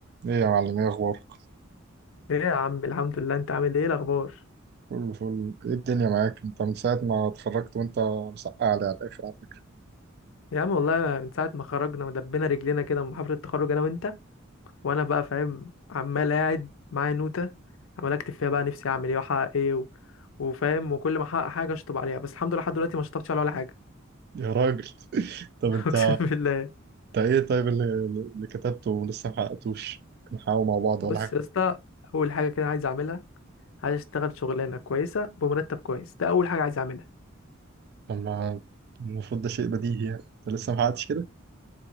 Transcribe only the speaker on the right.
ايه يا معلم ايه اخبارك
كله فل ايه الدنيا معاك انت من ساعة ما اتخرجت وانت مسقع لي على الاخر على فكرة
يا راجل <laughs> طب
انت
انت ايه طيب اللي, اللي كتبته ولسه محققتوش نحاول مع بعض
ولا حاجة
لما المفروض ده شيء بديهي يعني انت لسه محققتش كده